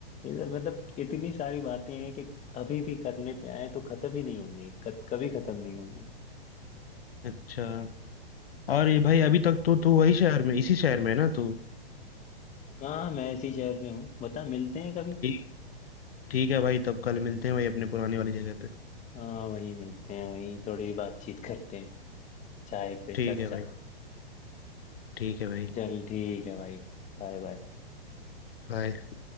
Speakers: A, on the left; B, on the left.
A: ये तो मतलब इतनी सारी बातें हैं कि अभी भी करने पे आए तो खत्म ही नहीं होंगी क- कभी खत्म नहीं होंगी
B: अच्छा और ये भाई अभी तक तो तू वही शहर में इसी शहर में है ना तू
A: हाँ मैं इसी शहर में हूँ बता मिलते हैं कभी
B: ठीक ठीक है भाई तब कल मिलते हैं भाई अपने पुराने वाली जगह पे
A: हाँ वहीं मिलते हैं वहीं थोड़ी बातचीत करते हैं चाय पे
B: ठीक
A: चर्चा
B: है भाई ठीक है भाई
A: चल ठीक है भाई बाय बाय
B: बाय